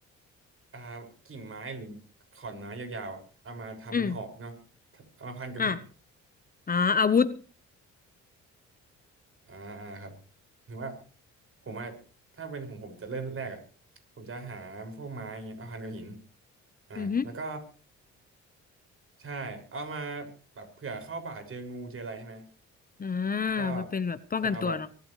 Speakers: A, on the right; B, on the left.
A: อ่ากิ่งไม้หรือขอนไม้ยาวๆอะเอามาทำเป็นหอกเนาะ
B: อืม
A: เอามาพันกับหิน
B: อ่ะอ่าอาวุธ
A: อ่าครับถึงว่าผมว่าถ้าเป็นของผมจะเริ่มแรกอ่ะผมจะหาพวกไม้เงี้ยเอาพันกับหินอ่าแล้วก็
B: อือฮึ
A: ใช่เอามาแบบเผื่อเข้าป่าเจองูเจออะไรใช่ไหม
B: อ่า
A: แล้วก็
B: ไปเป็นแบบป้องกันตัวเนาะ
A: เผื่อเอาแบบ